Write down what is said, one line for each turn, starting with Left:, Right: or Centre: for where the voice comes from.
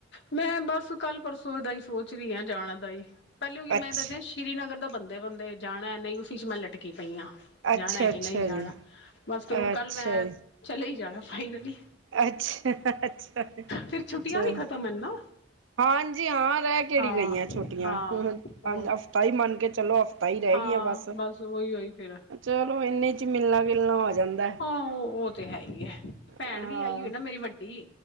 Left: ਮੈਂ ਬਸ ਕੱਲ ਪਰਸੋਂ ਇਹਦਾ ਹੀ ਸੋਚ ਰਹੀ ਹਾਂ ਜਾਣ ਦਾ ਹੀ, ਪਹਿਲੇ ਉਹੀ
Right: ਅੱਛਾ
Left: ਮੈਂ ਦੱਸਿਆ। ਸ੍ਰੀਨਗਰ ਦਾ ਬੰਦੇ ਬੰਦੇ ਜਾਣਾ ਨਹੀਂ ਉਸ ਚ ਮੈਂ ਲਟਕੀ ਪਈ ਹਾਂ।
Right: ਅੱਛਾ
Left: ਜਾਣਾ
Right: ਅੱਛਾ
Left: ਕਿ ਨਹੀਂ ਜਾਣਾ
Right: ਜੀ
Left: ਬਸ ਫਿਰ ਹੁਣ
Right: ਅੱਛਾ
Left: ਕੱਲ ਮੈਂ
Right: ਜੀ
Left: ਚਲੇ ਹੀ ਜਾਣਾ ਫਾਈਨਲੀ।
Right: ਅੱਛਾ ਅੱਛਾ ਅੱਛਾ
Left: ਫਿਰ ਛੁੱਟੀਆਂ
Right: ਚਲ।
Left: ਵੀ ਖਤਮ ਹਨ ਨਾ
Right: ਹਾਂਜੀ ਹਾਂ ਰਹਿ ਕੇੜੀ
Left: ਹਾਂ
Right: ਗਈਆਂ ਛੋਟੀਆਂ
Left: ਹਾਂ
Right: ਹੁਣ
Left: ਹੋਰ
Right: ਹਫਤਾ ਹੀ ਮੰਨ ਕੇ ਚਲੋ ਹਫ। ਪਤਾ ਹੀ ਰਹਿ
Left: ਹਾਂ
Right: ਗਈ ਆ ਬਸ
Left: ਉਹੀ ਉਹੀ ਫਿਰ
Right: ਚਲੋ ਇਨੇ ਚ ਮਿਲਣਾ ਗਲਣਾ ਹੋ ਜਾਂਦਾ।
Left: ਹ ਉਹ ਤੇ ਹੈ ਹੀ ਹੈ ਭੈਣ
Right: ਹਾਂ
Left: ਵੀ ਆਈ ਹੋਈ ਨਾ ਮੇਰੀ ਵੱਡੀ